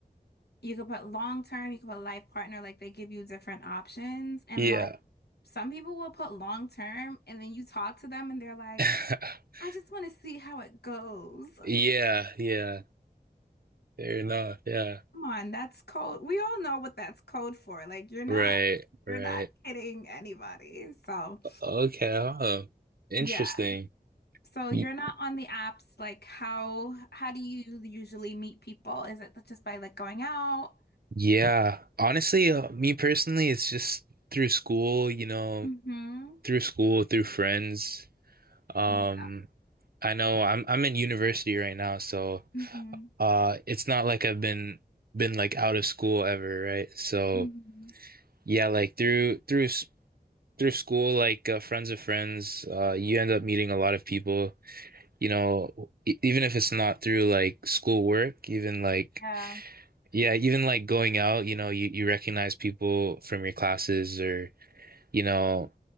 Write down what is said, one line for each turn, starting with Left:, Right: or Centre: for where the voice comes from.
Left: you can put long term, you can put life partner, like they give you different options. And
Right: Yeah.
Left: like some people will put long term and then you talk to them and they're like,
Right: <laughs>
Left: I just want to see how it goes.
Right: Yeah,
Left: <laughs>
Right: yeah. Fair enough. Yeah.
Left: Come on, that's code. We all know what that's code for. Like you're not
Right: Right, right.
Left: you're not kidding anybody. So,
Right: Okay. huh. Interesting.
Left: yeah. So
Right: Y-
Left: you're not on the apps. Like how how do you usually meet people? Is it just by like going out?
Right: Yeah. Honestly, uh, me personally, it's just through school, you know,
Left: Mm-hmm.
Right: through school, through friends. Um,
Left: Yeah.
Right: I know I'm I'm in university right now, so
Left: Mm-hmm.
Right: uh it's not like I've been been like out of school ever, right? So
Left: Mm-hmm.
Right: yeah, like through through s- through school, like uh, friends of friends, uh you end up meeting a lot of people you know, e- even if it's not through like schoolwork, even like,
Left: Yeah.
Right: yeah, even like going out, you know, you, you recognize people from your classes or, you know,